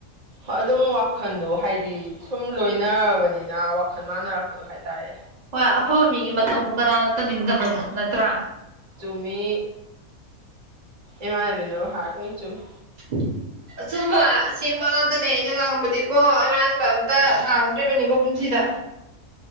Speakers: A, on the right (about 65°); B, on the right (about 40°).
A: ꯍ ꯑꯗꯨꯝ ꯋꯥꯈꯜꯗꯣ ꯍꯥꯏꯗꯤ ꯁꯨꯝ ꯂꯣꯏꯅꯔꯕꯅꯤꯅ ꯋꯥꯈꯜ ꯃꯥꯟꯅꯔꯛꯄꯗ ꯑꯗꯨ ꯍꯥꯏꯇꯥꯔꯦ
B: ꯍꯣꯏ ꯑꯐꯕ ꯃꯤꯒꯤ ꯃꯇꯧꯕ ꯀꯅꯥꯅ ꯇꯝꯅꯤꯡꯗꯕꯅꯣ ꯅꯠꯇ꯭ꯔꯥ
A: ꯆꯨꯝꯃꯤ ꯏꯃꯥꯟꯅꯕꯤꯅ ꯍꯥꯔ ꯂꯣꯏ ꯆꯨꯝꯃꯤ
B: ꯎꯝ ꯑꯆꯨꯝꯕ ꯁꯦꯝꯦꯡꯕ ꯉꯥꯛꯇꯅꯦ ꯑꯩꯅ ꯉꯥꯡꯕꯗꯤꯀꯣ ꯑꯔꯥꯟꯕ ꯑꯝꯇ ꯉꯥꯡꯗ꯭ꯔꯤꯕꯅꯤꯀꯣ ꯄꯨꯟꯁꯤꯗ